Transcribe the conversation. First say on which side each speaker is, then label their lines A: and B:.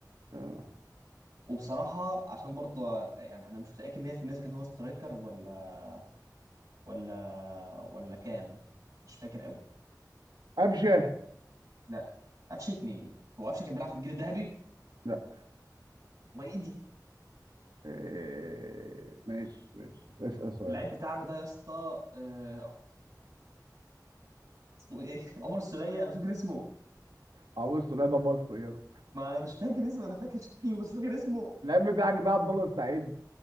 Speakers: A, on the right; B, on the right.
A: اه
B: وبصراحة عشان برضه يعني انا مش متأكد 100% اذا كان هو سترايكر ولا ولا ولا كام مش فاكر قوي
A: قفشه
B: لا قفشة مين هو قفشة كان بيلعب في الجيل الذهبي
A: لا
B: ما ايه دي
A: إيه، ماشي ماشي اسأل سؤال
B: اللعيب بتاعك ده يا اسطى آه، اسمه ايه <laughs> عمر السولية أنا مش فاكر اسمه
A: عمرو سوليه ده مصري يلا
B: ما انا مش فاكر اسمه انا فاكر شكله بس مش فاكر اسمه
A: اللعيب بتاعك ده عبد الله السعيد